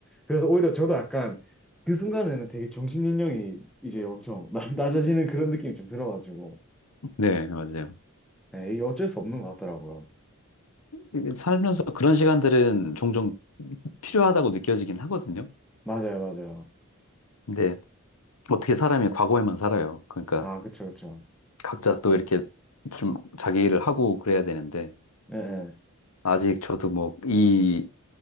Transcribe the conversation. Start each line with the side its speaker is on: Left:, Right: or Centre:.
Centre: 그래서 오히려 저도 약간, 그 순간에는 되게 정신연령이 이제 엄청 <laughs> 나- 낮아지는 그런 느낌이 좀 들어가지고,
Left: 네, 맞아요.
Centre: 네, 이게 어쩔 수 없는 것 같더라고요.
Left: 이게 살면서 그런 시간들은 종종 필요하다고 느껴지긴 하거든요.
Centre: 맞아요, 맞아요.
Left: 근데 어떻게 사람이 과거에만 살아요. 그러니까
Centre: 아, 그쵸, 그쵸.
Left: 각자 또 이렇게 좀 자기 일을 하고 그래야 되는데
Centre: 네, 네.
Left: 아직 저도 뭐 이,